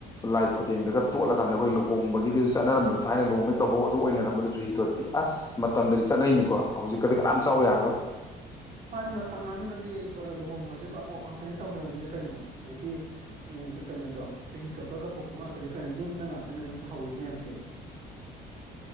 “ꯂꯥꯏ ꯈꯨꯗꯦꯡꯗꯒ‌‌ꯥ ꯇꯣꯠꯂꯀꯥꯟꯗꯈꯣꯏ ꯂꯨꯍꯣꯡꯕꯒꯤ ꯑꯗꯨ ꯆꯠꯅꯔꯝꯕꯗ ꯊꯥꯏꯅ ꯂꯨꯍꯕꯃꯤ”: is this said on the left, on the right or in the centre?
Left